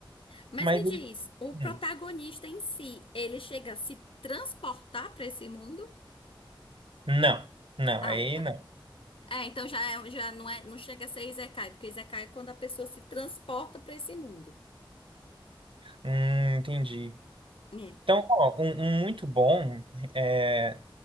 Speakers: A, on the left (about 80°); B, on the right (about 75°).
A: Mas
B: Mas
A: me
B: ele,
A: diz, o
B: hum,
A: protagonista em si, ele chega a se transportar pra esse mundo?
B: não, não,
A: Ah,
B: aí
A: tá.
B: não.
A: É, então já, é- um, já não é, não chega a ser Isekai, porque Isekai é quando a pessoa se transporta pra esse mundo.
B: Hum, entendi.
A: É.
B: Então, ó, um, um muito bom é,